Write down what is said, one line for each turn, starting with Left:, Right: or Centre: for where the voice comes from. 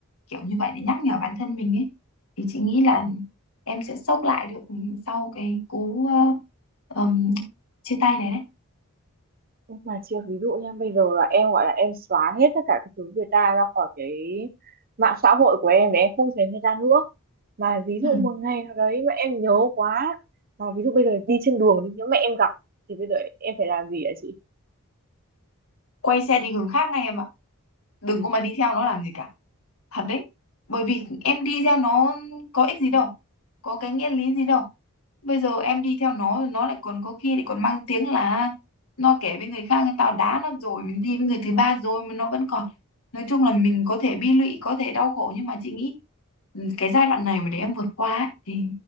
Left: kiểu như vậy để nhắc nhở bản thân mình ấy thì chị nghĩ là em sẽ xốc lại được sau cái cú ờ, ừm, chia tay này đấy
Right: nhưng mà chưa ví dụ nha bây giờ là em gọi là em xóa hết tất cả các thứ người ta ra khỏi cái mạng xã hội của em để em không thấy người ta nữa mà ví dụ
Left: ừ.
Right: một ngày nào đấy mà em nhớ quá mà ví dụ bây giờ đi trên đường đi nhớ mẹ em gặp thì bây giờ em phải làm gì ạ chị
Left: quay xe đi hướng khác ngay em ạ đừng có mà đi theo nó làm gì cả thật đấy bởi vì em đi theo nó có ích gì đâu có cái nghĩa lý gì đâu bây giờ em đi theo nó nó lại còn có khi lại còn mang tiếng là nó kể với người khác tao đá nó rồi mình đi với người thứ ba rồi mà nó vẫn còn nói chung là mình có thể bi lụy có thể đau khổ nhưng mà chị nghĩ ừ, cái giai đoạn này mà để em vượt qua ấy, thì